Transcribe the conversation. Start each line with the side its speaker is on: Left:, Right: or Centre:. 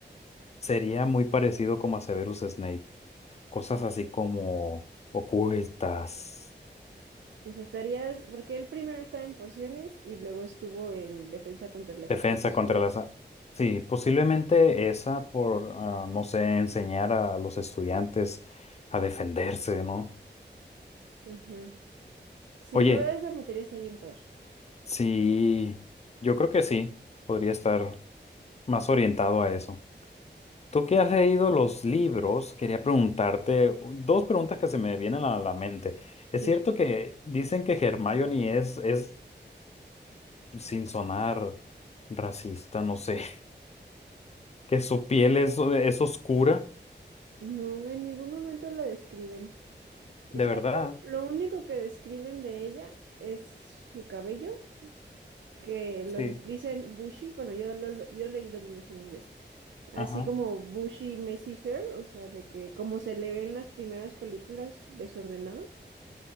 Left: sería muy parecido como a Severus Snape, cosas así como ocultas,
Right: O sea, estarías, porque él primero estaba en pociones y luego estuvo en defensa contra las
Left: defensa
Right: artes oscuras.
Left: contra las... a- Sí, posiblemente esa por, ah, no sé, enseñar a los estudiantes a defenderse, ¿no?
Right: Ajá. Sí,
Left: Oye.
Right: la verdad esa materia está bien padre.
Left: Sí, yo creo que sí, podría estar más orientado a eso. Tú
Right: Sí,
Left: que has leído los libros, quería preguntarte dos preguntas que se me vienen a la mente. ¿Es
Right: sí.
Left: cierto que dicen que Hermione es, es sin sonar racista, no sé, <laughs> que su piel es, es oscura?
Right: No, en ningún momento lo describen.
Left: ¿De
Right: O sea,
Left: verdad?
Right: lo, lo único que describen de ella es su cabello, que lo
Left: Sí.
Right: dis- dicen bushy. Bueno, yo, lo- lo- yo leí los libros en inglés. Así
Left: Ajá.
Right: como Bushy Messy Hair, o sea, de que como se le ve en las primeras películas, desordenado.